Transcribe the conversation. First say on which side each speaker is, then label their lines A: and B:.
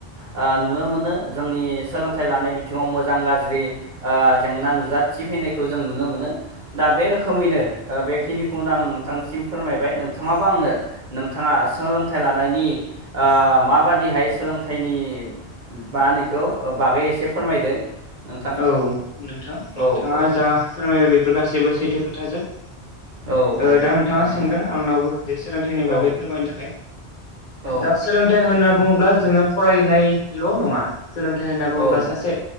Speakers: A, on the right (about 50°); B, on the left (about 50°).
A: ओ नुनो मोनो जोंनि सोलोंथाइ लानाय बिथिङाव मोजां गाज्रि ओ जेंना नुजाथि फैनायखौ जों नुनो मोनो दा बे रोखोमैनो बेखिनिखौनो आं नोंथांसिम फोरमायबाय नोंथाङाबा आंनो नोंथाङा सोलोंथाइ लानायनि ओ माबादिहाय सोलोंथाइनि मानिखौ बागै एसे फोरमायदो नोंथां।
B: औ नोंथां
A: औ
B: नोंथाङा
A: औ
B: जा फोरमायबाय बेफोर गासैबो सैथो खोथाजोब।
A: औ
B: ओ
A: औ
B: दा नोंथाङा
A: थारैनो
B: सोंदों आंनावबो जे सोलोंथाइनि बागै
A: औ
B: फोरमायनो थाखाय।
A: औ
B: दा सोलोंथाइ होनना बुङोब्ला जोङो फरायनायल' नङा सोलोंथाइ होनना बुङोब्ला
A: औ
B: सासे